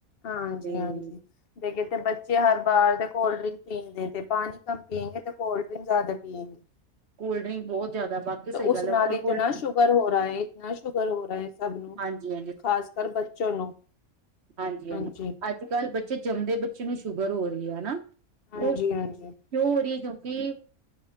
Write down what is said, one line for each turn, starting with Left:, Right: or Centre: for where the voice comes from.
Left: ਹਾਂਜੀ-ਹਾਂਜੀ।
Right: ਤੇ
Left: ਲੇਕਿਨ ਤੇ ਬੱਚੇ ਹਰ ਬਾਰ ਦੇ ਕੋਲਡ-ਡਰਿੰਕ ਪੀਂਦੇ ਤੇ ਪਾਣੀ ਕੰਮ ਪੀਗੇ ਤੇ ਕੋਲਡ-ਡਰਿੰਕ ਜ਼ਿਆਦਾ ਪੀਏਗੇ।
Right: ਕੋਲਡ ਡਰਿੰਕ ਬਹੁਤ ਜ਼ਿਆਦਾ ਬਾਕੀ ਸਹੀ
Left: ਓਸ
Right: ਗੱਲ ਹੈ
Left: ਨਾਲ
Right: ਔਰ
Left: ਇਤਨਾ
Right: ਕੋਲਡ
Left: ਸ਼ੂਗਰ ਹੋ ਰਾ ਏ, ਇਤਨਾ ਸ਼ੂਗਰ ਹੋ ਰਾ ਏ। ਸਭ ਨੂੰ,
Right: ਹਾਂਜੀ
Left: ਖ਼ਾਸ ਕਰ ਬੱਚੋ ਨੂੰ।
Right: ਹਾਂਜੀ-ਹਾਂਜੀ,
Left: ਹਾਂਜੀ
Right: ਅੱਜ-ਕੱਲ ਬੱਚੇ ਜੰਮਦੇ ਬੱਚੇ ਨੂੰ ਸ਼ੂਗਰ ਹੋ ਰਹੀ ਐ, ਹੈਨਾ?
Left: ਹਾਂਜੀ
Right: ਏ ਕਿਉਂ
Left: ਹਾਂਜੀ
Right: ਹੋ ਰਹੀ ਐ ਕਿਉਂਕਿ